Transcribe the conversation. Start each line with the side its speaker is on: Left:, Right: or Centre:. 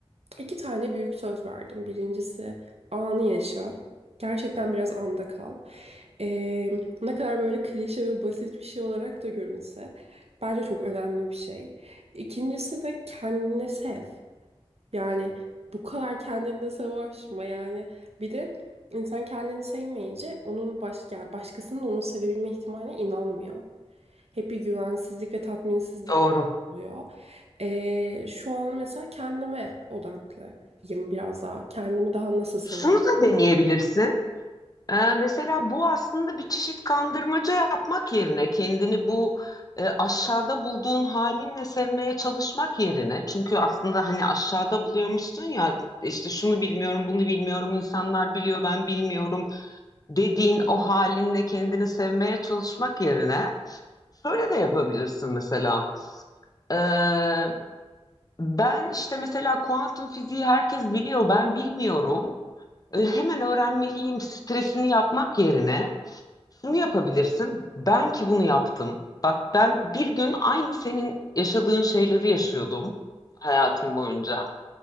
Right: iki tane büyük söz verdim. Birincisi anı yaşa. Gerçekten biraz anda kal. Ee, ne kadar böyle klişe ve basit bir şey olarak da görünse bence çok önemli bir şey. İkincisi de kendini sev. Yani bu kadar kendinle savaşma yani. Bir de insan kendini sevmeyince onun baş, yani başkasının onu sevebilme ihtimaline inanmıyor. Hep bir güvensizlik ve tatminsizlik
Left: Doğru.
Right: oluyor. Ee, şu an mesela kendime odaklıyım biraz daha. Kendimi daha nasıl sevebilirim?
Left: Şunu da deneyebilirsin. Ee, mesela bu aslında bir çeşit kandırmaca yapmak yerine kendini bu e, aşağıda bulduğun halinle sevmeye çalışmak yerine çünkü aslında hani aşağıda buluyormuşsun ya işte şunu bilmiyorum bunu bilmiyorum insanlar biliyor ben bilmiyorum dediğin o halinle kendini sevmeye çalışmak yerine şöyle de yapabilirsin mesela Ee, ben işte mesela kuantum fiziği herkes biliyor ben bilmiyorum E, hemen öğrenmeliyim stresini yapmak yerine şunu yapabilirsin. Ben ki bunu yaptım. Bak ben bir gün aynı senin yaşadığın şeyleri yaşıyordum hayatım boyunca.